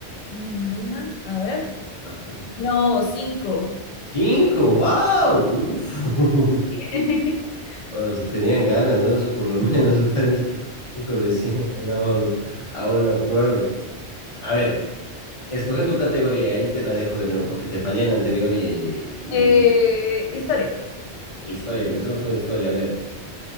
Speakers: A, on the left; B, on the left.
A: Ninguna, a ver.
B: Cuatro.
A: No, cinco.
B: Cinco, wow. Uf. <laughs>
A: <laughs>
B: Bueno, si tenían ganas, ¿no? Eso por lo menos <laughs> parece que con cinco recién llegamos a un acuerdo. A ver, escoge tu categoría y ahí te la dejo de nuevo porque te fallé en la anterior y,
A: Eh, historia.
B: Historia, empecemos con historia. A ver,